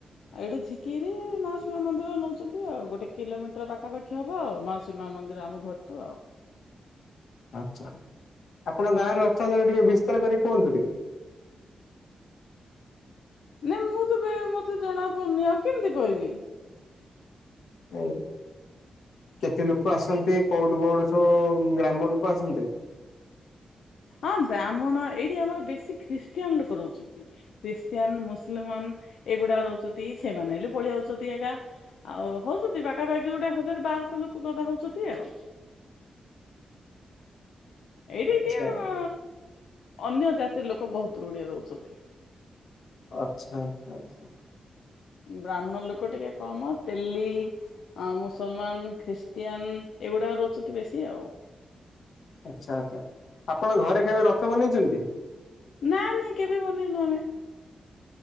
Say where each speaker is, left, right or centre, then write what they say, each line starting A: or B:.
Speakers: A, on the left; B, on the left.
A: ଆଉ ଏଇଠୁ ଝିକି କିରି ମାଉସୀମା ମନ୍ଦିର ନଉଛନ୍ତି ଆଉ ଗୋଟେ କିଲୋ ମିଟର ପାଖାପାଖି। ହବ ମାଉସୀ ମା ମନ୍ଦିର ଆମ ଘରଠୁ ଆଉ।
B: ଆଛା ଆପଣଙ୍କ ଗାଁରେ ରଥ ଯାତ୍ରା ଟିକେ ବିସ୍ତାର କରିକି କୁହନ୍ତୁ ଟିକେ।
A: ନାଇଁ ମୁଁ ତ ବେ ମତେ ଜଣା ପଡୁନି ଆଉ କେମିତି କହିବି।
B: ହ ଉ କେତେ ଲୋକ ଆସନ୍ତି କୋଉଠୁ କୋଉଠୁ ସବୁ ଗ୍ରାମ ଲୋକ ଆସନ୍ତି।
A: ହଁ ବ୍ରାହ୍ମଣ ଏଇଠି ଆମର ବେଶୀ ଖ୍ରୀଷ୍ଟିଆନ ଲୋକ ରହୁଛନ୍ତି। ଖ୍ରୀଷ୍ଟିଆନ, ମୁସିଲମାନ ଏଗୁଡା ରହୁଛନ୍ତି ସେମାନେ ହେଲେ ପଳେଇ ଆଉଛନ୍ତି ଛନ୍ତି ଏକା। ଆଉ ହଉଛନ୍ତି ପାଖାପାଖି ଗୋଟେ ହଜାର ବାରଶହ ଲୋକ ଗଦା ହଉଛନ୍ତି ଆଉ। ଏଇଠି
B: ଆଚ୍ଛା
A: ଟିକେ ବ ଅନ୍ୟ ଜାତିର ଲୋକ ବହୁତ ଋଢିଏ ରହୁଛନ୍ତି।
B: ଆଚ୍ଛା ଆଚ୍ଛା ଆଛା।
A: ବ୍ରାହ୍ମଣ ଲୋକ ଟିକେ କମ ତେଲି। ଆ ମୁସଲମାନ, ଖ୍ରୀଷ୍ଟିଆନ ଏଇଗୁଡା ରହୁଛନ୍ତି ବେଶୀ ଆଉ।
B: ଆଚ୍ଛା ଆଚ୍ଛା ଆପଣ ଘରେ କେବେ ରଥ ବନେଇଛନ୍ତି।
A: ନା ନାଇଁ କେବେ ବନେଇନୁ ଆମେ।